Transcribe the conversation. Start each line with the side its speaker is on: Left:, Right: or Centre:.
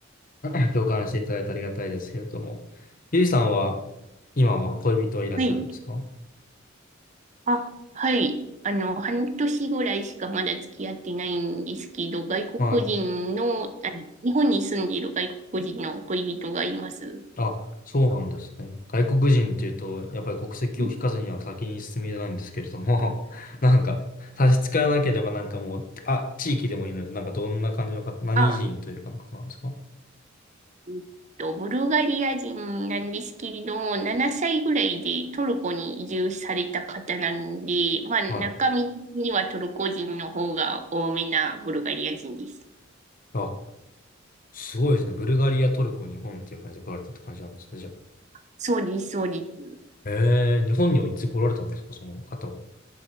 Left: ら <coughs> <laughs> 共感していただいてありがたいですけれども。ゆいさんは、今は恋人はいらっしゃるんですか
Right: はい。あ、はい。あの、半年ぐらいしかまだ付き合ってないんですけど、外国人の、
Left: はい。
Right: あの日本に住んでいる外国人の恋人がいます。
Left: あ、そうなんですね。外国人っていうと、やっぱり国籍を聞かずには先に進みないんですけれども、
Right: うん
Left: <laughs> なんか、差し支えなければなんかもう、あ、地域でもいいので、なんかどんな感じの方、何人というかの方なんですか
Right: あ、えっと、ブルガリア人なんですけれども、7歳ぐらいでトルコに移住された方なんで、まあ、中身的にはトルコ人の方が多めなブルガリア人です。
Left: はい。あ、すごいですね。ブルガリア、トルコ、日本っていう感じで来られたって感じなんですね、じゃあ。
Right: そうです、そうです。
Left: ええ、日本にはいつ来られたんですか、その方は。